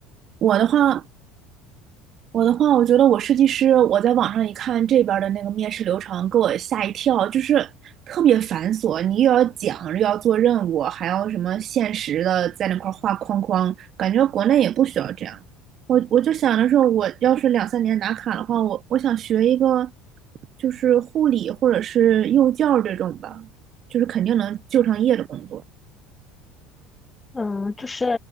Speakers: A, on the right; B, on the left.
A: 我的话，我的话，我觉得我设计师，我在网上一看这边儿的那个面试流程，给我吓一跳，就是特别繁琐，你又要讲，又要做任务，还要什么限时的在那块儿画框框，感觉国内也不需要这样。我我就想着说，我要是两三年拿卡的话，我我想学一个就是护理或者是幼教这种吧，就是肯定能就上业的工作。
B: 嗯，就是